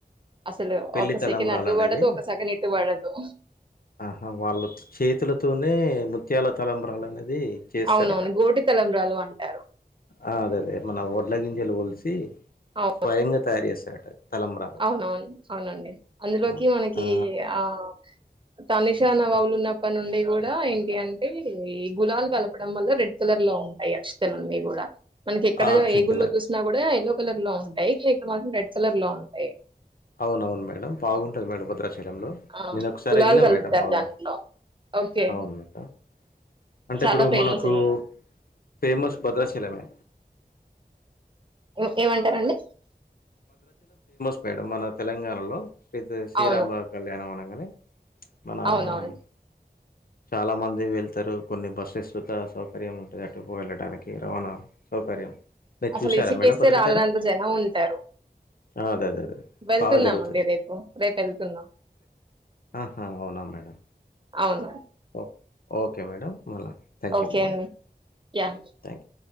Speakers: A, on the right (about 30°); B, on the left (about 60°).
A: అసలు
B: పెళ్లితలంబ్రాలు
A: ఒక సెకండ్ అటు
B: అనేది
A: పడదు, ఒక సెకండ్ ఇటు పడదు.
B: ఆహా వాళ్ళు చేతులతోనే ముత్యాల తలంబ్రాలు అనేది ిప చేస్తారట
A: అవునవును. గోటి తలంబ్రాలు అంటారు.
B: ఆ అదదే మన వల గంజలు సె
A: అవును.
B: స్వయంగా తయారు చేస్తారట తలంబ్రాలు
A: అవునవును. అవునండి అందులోకి
B: ఆ
A: మనకి
B: ఆ
A: ఆ తనిషానవావులు ఉన్నప్పటి నుండి కూడా ఏంటి అంటే ఈ గులాలు కలపడం వల్ల రెడ్ కలర్ లో ఉంటాయి అక్షతలన్నీ కూడా మనకి ఎక్కడ
B: ఆ అక్షింతలు
A: ఏగుళ్లో చూసినా కూడా ఏఎ కలర్ లో ఉంటాయి లేక మాత్రం రెడ్ట్ కర్ లో ఉ అయి
B: అవునవును మేడంమ్ బాగుంటది మేడం భద్రా డంలో
A: ఆ!
B: నేను ఒకసారి
A: గులాల్
B: వెళ్ళనం
A: కలుపుతారు
B: మేడం బాగుంటాను
A: దాంట్లో. ఓకే.
B: బాగుంది మేడం అంటే
A: చాలా
B: ఇప్పుడు
A: ఫేమస్
B: మనకు
A: ఇది.
B: ఫేమస్ భద్రాచలమే
A: ఏ ఏమంటారండి
B: ఆమేడం మన తెలంగాణలో ఇతే శ్రీరాముల
A: అవును.
B: వారి కళ్యాణంనంగా అ ప్చ్ మనామ్
A: అవునవును.
B: చాలా మంది వెళ్తారు కొన్ని బస్సెస్ వద్ద సౌకర్యం ఉంటది. అటుకు వెళ్ళడానికి రవాణా సౌకర్యం మీరు
A: అసలు
B: చూసారా
A: ఇసుకేస్తే
B: మేడం భద్రాచలం
A: రాలనంత జనం ఉంటారు
B: ఆ, అదే అదే అదే
A: వెళ్తున్నామండి
B: బాగా జరుగుతది
A: రేపు రేపు వెళ్తున్నాం
B: ఆహా అవునా మేడం
A: అవును
B: ఓ- ఓకే మేడం మళ థ్యాంక్
A: ఓకే
B: యూ మ్యాడం
A: అండి. యాహ్!
B: Thank you